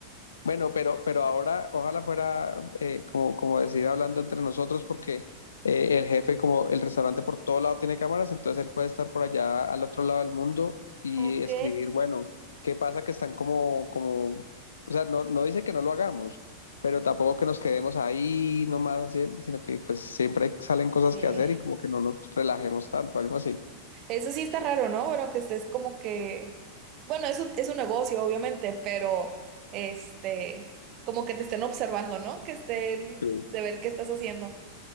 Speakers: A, on the left (about 70°); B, on the right (about 40°).
A: Bueno, pero, pero ahora ojalá fuera, eh, como, como decir hablando entre nosotros, porque eh, el jefe, como el restaurante por todo lado tiene cámaras, entonces él puede estar por allá al otro lado del mundo y
B: Ok.
A: escribir, bueno, ¿qué pasa que están como, como, o sea, no, no dice que no lo hagamos, pero tampoco que nos quedemos ahí nomás, así, sino que pues siempre salen cosas
B: Sí.
A: que hacer y como que no nos relajemos tanto, algo así.
B: Eso sí está raro, ¿no? Bueno, que estés como que, bueno, eso es un negocio, obviamente, pero este, como que te estén observando, ¿no? Que estén
A: Sí.
B: de ver qué estás haciendo.